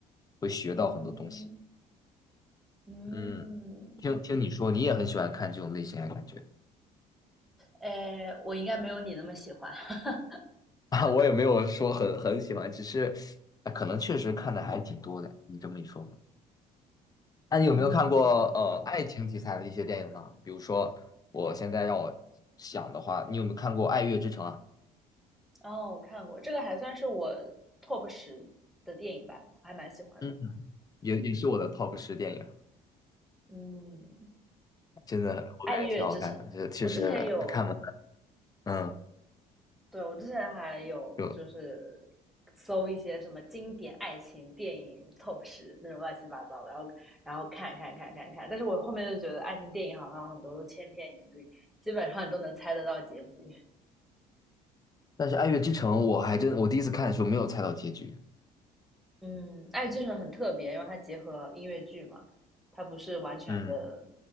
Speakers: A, on the left (about 20°); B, in the centre.
A: 会学到很多东西。
B: 嗯嗯，
A: 嗯，听听你说，你也很喜欢看这种类型的感觉
B: 哎，我应该没有你那么喜欢。<laughs>
A: <laughs> 啊，我也没有说很很喜欢，只是啊可能确实看的还挺多的。你这么一说，那你有没有看过呃爱情题材的一些电影呢？
B: 嗯，
A: 比如说，我现在让我想的话，你有没有看过《爱乐之城》啊？
B: 哦，我看过，这个还算是我 top 十的电影吧，我还蛮喜欢的。
A: 嗯。也也是我的 top 十电影，
B: 嗯，
A: 真的我感觉挺好看的，
B: 《爱乐之城》，
A: 这确实看完了，
B: 我之前有
A: 嗯，
B: 对，我之前还有就是
A: 就
B: 搜一些什么经典爱情电影 Top 十那种乱七八糟的，然后然后看看看看看，但是我后面就觉得爱情电影好像很多都千篇一律，基本上你都能猜得到结局。
A: 但是《爱乐之城》我还真我第一次看的时候没有猜到结局，
B: 嗯，《爱与制很特别，因为它结合音乐剧嘛，它不是完全的
A: 嗯，